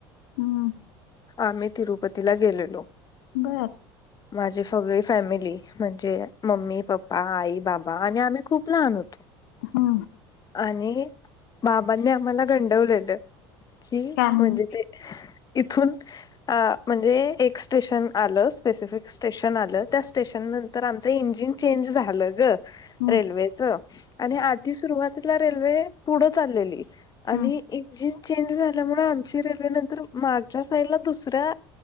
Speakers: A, on the left (about 80°); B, on the left (about 30°).
A: हम्म
B: आम्ही तिरुपतीला गेलेलो
A: बरं
B: माझी सगळी फॅमिली म्हणजे मम्मी, पप्पा, आई, बाबा आणि आम्ही खूप लहान होतो
A: हा
B: आणि बाबांनी आम्हाला गंडवलेलं कि
A: काय म्हणून
B: म्हणजे ते इथून म्हणजे एक स्टेशन आलं स्पेसिफिक स्टेशन आलं त्या स्टेशन तर आमचं इंजिन चेंज झालं ग
A: हम्म
B: रेल्वेच आणि आधी सुरुवातीला रेल्वे पुढं चाललेली
A: हम्म
B: आणि इंजिन चेंज झाल्यामुळे जी रेल्वे नंतर माझ्या साईड ला दुसऱ्या